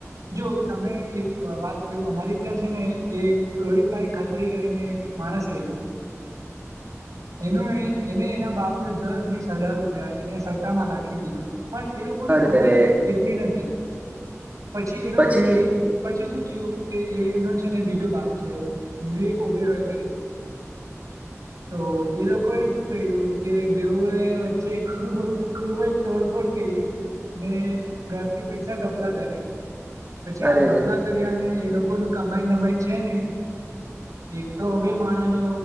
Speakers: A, on the right (about 85°); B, on the right (about 30°).
A: જો તમને એક વાત કેવું અમારી ત્યાં છે ને એ રોહિત ભાઈ ખત્રી કરીને એક માણસ રહે છે. એનું એને એના બાપને દસ વીસ હજાર રૂપિયા એને સટ્ટામાં નાખી દીધું. પણ એ લોકોની
B: અરે
A: કમાઈ
B: રે
A: એટલી નથી. પછી એનો
B: પછી
A: એ પછી શું થયું કે એનો છે ને બીજો બાપ છે. વિવેક ઓબેરો એ કરી તો એ લોકોએ શું કર્યું કે બેવુએ વચ્ચે ખૂ ખૂબ જ તોડફોડ કરી ને ઘરથી પૈસા ગપલા કર્યા પછી
B: અરે
A: આ ગપલા
B: રે
A: કર્યાને એ લોકો ન કમાઈ દમાઈ છે નહિ. એક તો અમીર માણસનો